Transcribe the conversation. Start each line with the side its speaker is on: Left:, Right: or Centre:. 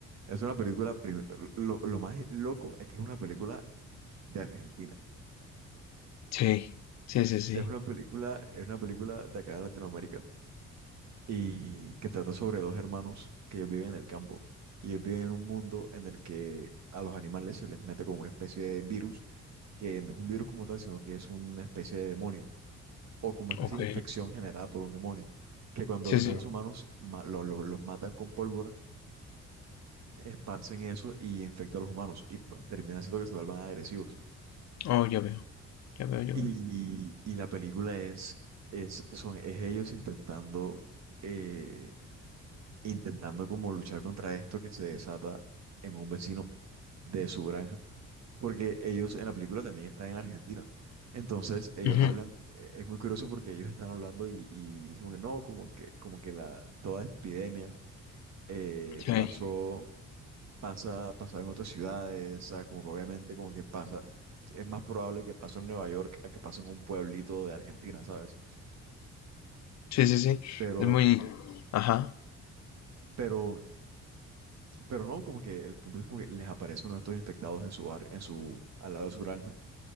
Right: Es una película, prim- lo, lo más loco es que es una película de Argentina.
Left: Sí, sí, sí, sí.
Right: Es una película, es una película de acá de Latinoamérica. y que trata sobre dos hermanos que ellos viven en el campo y ellos viven en un mundo en el que a los animales se les mete como una especie de virus, que no es un virus como tal, sino que es una especie de demonio o como una especie
Left: Ok.
Right: de infección generada por un demonio, que cuando
Left: Sí,
Right: los
Left: sí.
Right: seres humanos ma- lo- lo- los matan con pólvora, esparcen eso y infecta a los humanos y termina haciendo que se vuelvan agresivos.
Left: Oh, ya veo, ya veo, ya
Right: Y,
Left: veo.
Right: y la película es, es, son, es ellos intentando... eh, intentando como luchar contra esto que se desata en un vecino de su granja, porque ellos en la película también están en Argentina. Entonces ellos
Left: Ujú,
Right: hablan, eh, es muy curioso porque ellos están hablando y, y dicen como que no, como que, como que la, toda esta epidemia eh,
Left: Sí,
Right: pasó, pasa, pasaba en otras ciudades, o sea, como que obviamente como que pasa, es más probable que pase en Nueva York a que pase en un pueblito de Argentina, ¿sabes?
Left: sí, sí, sí.
Right: Pero,
Left: Es muy... Ajá.
Right: pero Pero no, como que el punto es como que les aparece uno de estos infectados en su bar, en su, al lado de su granja.